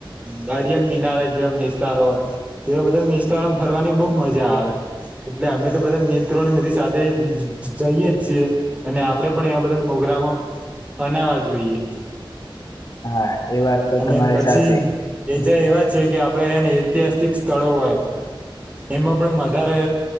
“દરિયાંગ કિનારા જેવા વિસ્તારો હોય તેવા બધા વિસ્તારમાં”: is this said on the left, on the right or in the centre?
Right